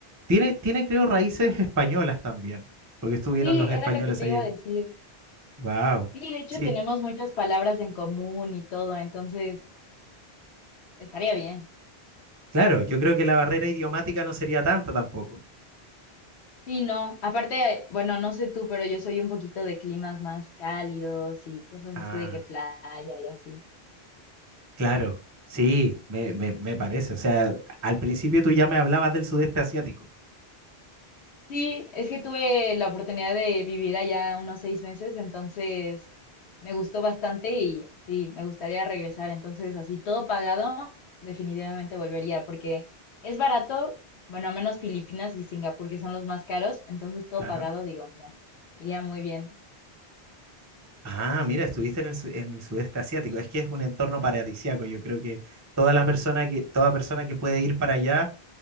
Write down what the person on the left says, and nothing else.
Sí,
era lo que te
iba a decir.
Sí, de hecho
tenemos muchas palabras en común y todo, entonces estaría bien.
Sí, no, aparte, bueno, no sé tú, pero yo soy un poquito de climas más cálidos y cosas
así de que playa y así.
Sí, es que tuve la oportunidad de vivir allá unos seis meses, entonces me gustó bastante y sí, me gustaría regresar. Entonces, así todo pagado, definitivamente volvería porque es barato, bueno, menos Filipinas y Singapur, que son los más caros, entonces todo
pagado, digo, mira, iría muy bien.